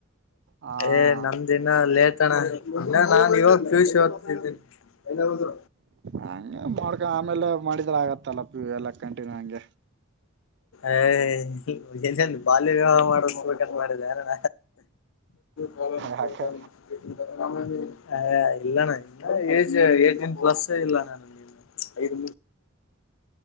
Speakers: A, on the right; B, on the left.
A: ಹಾಂ
B: ಏ ನಮ್ದಿನ ಲೇಟ್ ತಣ ಇನ್ನ ನಾನು ಇವಾಗ ಪ್ಯೂಶ ಓದ್ತಿದ್ದೇನಿ ದ ಹದು
A: ಹಂಗ ಮಾಡ್ಕ ಆಮೇಲೆ ಮ ್ರ ಆಗತ್ತಲ್ಲ ಪ ಎಲ್ಲ ಕಂಟಿನ್ಯೂ ಹಂಗೆ
B: ಏ ಎ ಬಾಲ್ಯ ವಿವಾಹ ಮಾಡದುಂತ ಮಾಡಿದ ಯಾರಣ ಕಾಲಾಲ
A: ಯಾಕೆ
B: ಇಲ್ಲಣ ಇ ಏಜ್ ಏೀನ್ ಪ್ಲಸ್ ಇಲ್ಲ ಐ